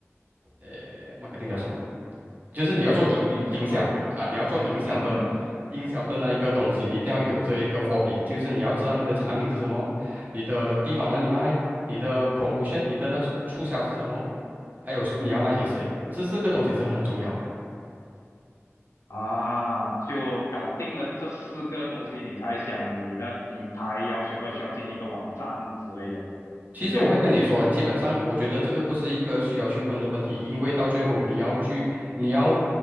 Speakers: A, on the right; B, on the left.
A: 呃，marketing 叫什么？就是你要做营营销啊，
B: 小售，
A: 你要做营销的营销的那一个东西，
B: 嗯嗯嗯。
A: 你一定要有这一个货 p 就是你要知道你的产品是什么，你的地方哪里卖，你的 promotion，你的那促销是什么，还有你要卖给谁，这四个东西是很重要的。
B: 啊，就搞定了这四个东西，你才想你那平台要需不需要建立一个网站之类的，
A: 其实我会跟你说，
B: 是这样吧？
A: 基本上我觉得这个不是一个需要去问的问题，因为到最后你要去，你要，